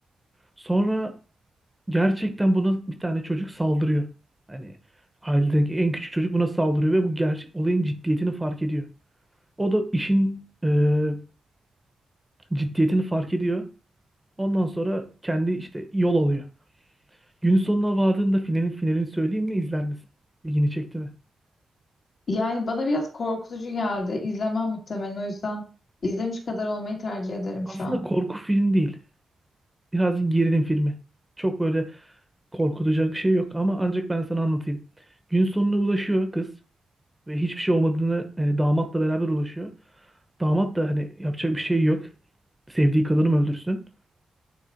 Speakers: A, in the centre; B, on the left (about 70°).
A: Sonra gerçekten buna bir tane çocuk saldırıyor. Hani ailedeki en küçük çocuk buna saldırıyor ve bu ger olayın ciddiyetini fark ediyor. O da işin eee, ciddiyetini fark ediyor. Ondan sonra kendi işte yol alıyor. Gün sonuna vardığında finalin finalini söyleyeyim mi izler misin? İlgini çekti mi?
B: Yani bana biraz korkutucu geldi. İzlemem muhtemelen. O yüzden izlemiş kadar olmayı tercih ederim
A: Aslında
B: şu an.
A: korku film değil. Birazcık gerilim filmi. Çok böyle korkutacak bir şey yok ama ancak ben sana anlatayım. Gün sonuna ulaşıyor kız ve hiçbir şey olmadığını e, damatla beraber ulaşıyor. Damat da hani yapacak bir şey yok. Sevdiği kadını mı öldürsün?